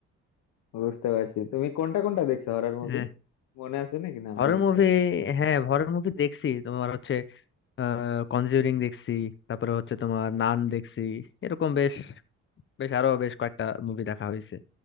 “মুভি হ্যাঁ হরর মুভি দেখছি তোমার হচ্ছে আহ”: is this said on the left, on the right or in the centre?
Left